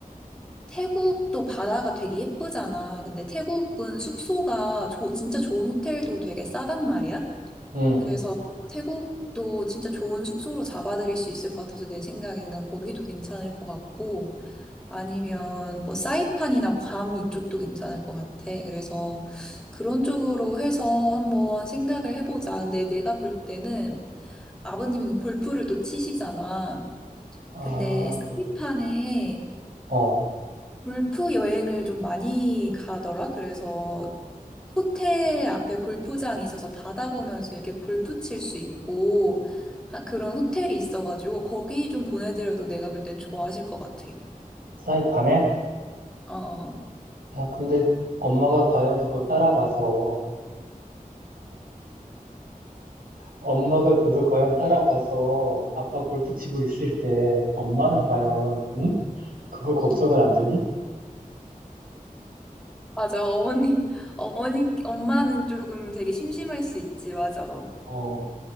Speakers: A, in the centre; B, on the right.
A: 태국도 바다가 되게 예쁘잖아. 근데 태국은 숙소가 조- 진짜 좋은 호텔도 되게 싸단 말이야.
B: 응,
A: 그래서 태국도 진짜 좋은 숙소로 잡아들일 수 있을 것 같아서 내 생각에는 거기도 괜찮을 것 같고 아니면 뭐 사이판이나 괌 이쪽도 괜찮을 것 같아. 그래서 그런 쪽으로 해서 한번 생각을 해보자. 근데 내가 볼 때는 아버님이 골프를 또 치시잖아.
B: 아,
A: 근데 사이판에
B: 어,
A: 골프 여행을 좀 많이 가더라. 그래서 호텔 앞에 골프장이 있어서 바다 보면서 이렇게 골프 칠 수 있고 하- 그런 호텔이 있어가지고 거기 좀 보내드려도 내가 볼 땐 좋아하실 것 같아.
B: 사이판에?
A: 어,
B: 아, 근데 엄마가 과연 그거 따라가서, 엄마가 그걸 과연 따라가서 아빠 골프 치고 있을 때, 엄마는 과연, 응? 그거 걱정을 안 되니?
A: 맞아. 어머님, 어머니, 엄마는 조금 되게 심심할 수 있지. 맞아.
B: 어,